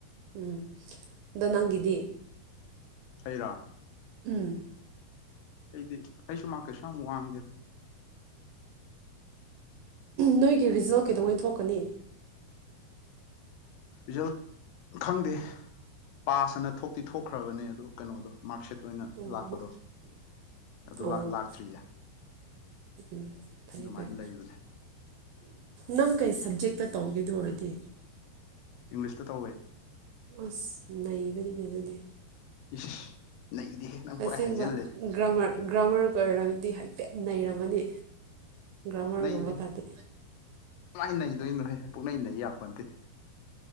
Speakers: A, on the right (about 80°); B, on the left (about 80°).
A: ꯎꯝ ꯑꯗꯣ ꯅꯪꯒꯤꯗꯤ
B: ꯑꯩꯔꯣ
A: ꯎꯝ
B: ꯑꯩꯗꯤ ꯑꯩꯁꯨ ꯃꯥꯛ ꯀꯩꯁꯨ ꯌꯥꯝ ꯋꯥꯡꯗꯦꯗ
A: ꯅꯣꯏꯒꯤ ꯔꯤꯖꯜ ꯀꯩꯗꯧꯉꯩ ꯊꯣꯛꯀꯅꯤ
B: ꯔꯤꯖꯜ ꯈꯪꯗꯦ ꯄꯥꯁ ꯑꯅ ꯊꯣꯛꯇꯤ ꯊꯣꯛꯈ꯭ꯔꯕꯅꯦ ꯑꯗꯨ ꯀꯩꯅꯣꯗꯣ ꯃꯥꯔꯛ ꯁꯤꯠ ꯑꯣꯏꯅ
A: ꯑꯣ
B: ꯂꯥꯛꯄꯗꯣ ꯑꯗꯨ
A: ꯑꯣ
B: ꯂꯥꯛꯇ꯭ꯔꯤꯌꯦ
A: ꯎꯝ ꯐꯩ
B: ꯑꯗꯨꯃꯥꯏꯅ
A: ꯐꯩ
B: ꯂꯩꯕꯅꯦ
A: ꯅꯪ ꯀꯩ ꯁꯞꯖꯦꯛꯇ ꯇꯧꯒꯦ ꯑꯗꯨ ꯑꯣꯏꯔꯗꯤ
B: ꯏꯪꯂꯤꯁꯇ ꯇꯧꯋꯦ
A: ꯥꯑꯁ ꯅꯩꯕꯅꯤꯅꯦ ꯑꯗꯨꯗꯤ
B: ꯏꯁ ꯅꯩꯗꯦꯍꯦ ꯅꯪ ꯄꯨꯡꯍꯥꯏ
A: ꯑꯁꯦꯡꯕ
B: ꯍꯥꯏꯖꯤꯜꯂꯦ
A: ꯒ꯭ꯔꯥꯃꯔ ꯒ꯭ꯔꯥꯃꯔ ꯀꯣꯏꯔꯝꯗꯤ ꯍꯥꯏꯐꯦꯠ ꯅꯩꯔꯝꯃꯅꯤ ꯒ꯭ꯔꯃ꯭ꯔꯒꯨꯝꯕ
B: ꯅꯩꯗꯦꯍꯦ
A: ꯀꯗꯤ
B: ꯀꯃꯥꯏꯅ ꯅꯩꯗꯣꯏꯅꯣꯍꯦ ꯄꯨꯛꯅꯩ ꯅꯩ ꯌꯥꯄꯣꯟꯇꯦ